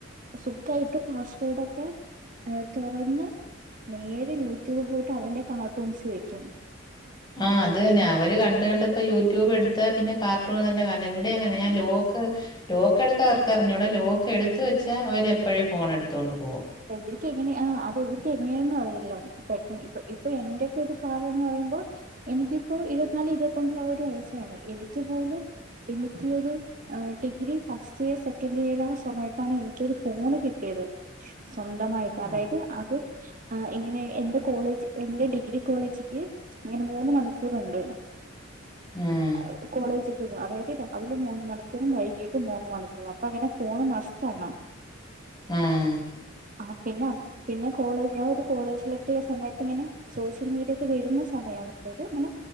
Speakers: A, on the right (about 45°); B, on the left (about 20°).
A: സുഖായിട്ട് പാസ് വേഡൊക്കെ ഏ തുറന്ന് നേരെ യൂട്യൂബിൽ പോയിട്ട് അവന്റെ കാർട്ടൂൺസ് വെക്കും
B: ആഹ് അത് തന്നെ അവര് കണ്ട് കണ്ടിപ്പ യൂട്യൂബ് എടുത്ത പിന്നെ കാർട്ടൂൺ തന്നെ കാണ് ണേ ഇ ടെ അങ്ങനെ ഞാൻ ലോക്ക് ലോക്ക് എടുക്കാൻ അവർക്കറിഞ്ഞൂടാ ലോക്ക് എടുത്തു വെച്ചാ അവരെപ്പോഴും ഫോൺ എടുത്തു കൊണ്ട് പോകും
A: ഇവര്ക്ക് എങ്ങനെ ആഹ് അത് ഇവർക്ക് എങ്ങനെയെന്നും അറിയില്ല പെട്ടന്ന് ഇപ്പ ഇപ്പൊ എന്റെയൊക്കെ ഒരു കാലമെന്ന് പറയുമ്പോൾ എനിക്കിപ്പോ ഇരുപത്തിനാല് ഇരുപത്തിയഞ്ച് ആ ഒരു വയസ്സാണ് എനിക്ക് പോലും എനിക്കൊരു ആ degree first year second year ആ സമയത്താണ് എനിക്കൊരു ഫോണ് കിട്ടിയത് സ്വന്തമായിട്ട്
B: ഉം
A: അതായത് അത് ആഹ് ഇങ്ങനെ എന്റെ കോളേജ് എന്റെ ഡിഗ്രി കോളേജിക്ക് ഇങ്ങനെ മൂന്ന് മണിക്കൂറുണ്ട്
B: ഉം
A: അപ് കോളേജിക്ക് പോകും അതായത് രാവിലെ മൂന്ന് മണിക്കൂറും വൈകീട്ട് മൂന്ന് മണിക്കൂറും അപ്പൊ അങ്ങനെ ഫോണ് മസ്റ്റാണ്
B: ആഹ്
A: ആഹ് പിന്നെ പിന്നെ കോളേജ് ഞാൻ കോളേജിലെത്തിയ സമയത്തിങ്ങനെ സോഷ്യൽ മീഡിയൊക്കെ വരുന്ന സമയാണപ്പോത് ഇങ്ങനെ